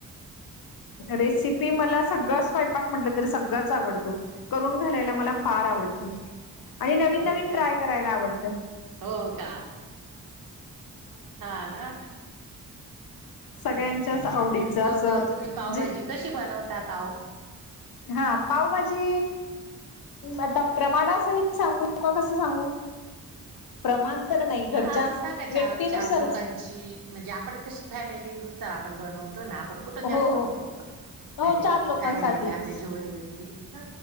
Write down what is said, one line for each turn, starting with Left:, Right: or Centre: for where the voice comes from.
Left: रेसिपी मला सगळं स्वयपाक म्हटलं तरी सगळंच आवडतो. करून घालायला मला फार आवडते. आणि नवीन
Right: हो
Left: नवीन
Right: का
Left: ट्राय करायला आवडत.
Right: हो का हा ना.
Left: सगळ्यांच्याच
Right: अच्छा अच्छा
Left: आवडीचं
Right: मग
Left: असं
Right: तुम्ही पावभाजी
Left: जे
Right: कशी बनवतात आहो?
Left: हा पावभाजी आता प्रमाणासहित सांगू का कसं सांगू? प्रमाण तर नाही घरच्या
Right: हा असं सांगा
Left: व्यक्तीनुसार
Right: चार चार म्हणजे आपण कशी फॅमिली आपण बनतो ना. खठं
Left: हो
Right: जास्त
Left: हो
Right: बनवत
Left: हो
Right: म्हणजे
Left: चार लोकांसाठीच.
Right: फॅमिलीतले आपले जेवढ व्यक्ती ह